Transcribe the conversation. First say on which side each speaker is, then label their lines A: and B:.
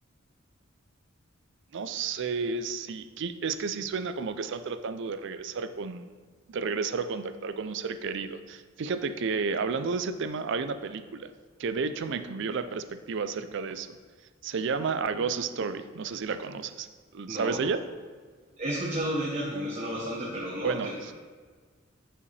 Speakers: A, on the right (about 65°); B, on the right (about 35°).
A: No sé si, qui- es que sí suena como que están tratando de regresar con, de regresar o contactar con un ser querido. Fíjate que hablando de ese tema, hay una película que de hecho me cambió la perspectiva acerca de eso. Se llama A Ghost Story, no sé si la conoces.
B: No,
A: ¿Sabes de ella?
B: he escuchado de ella y me suena bastante, pero no,
A: Bueno,
B: te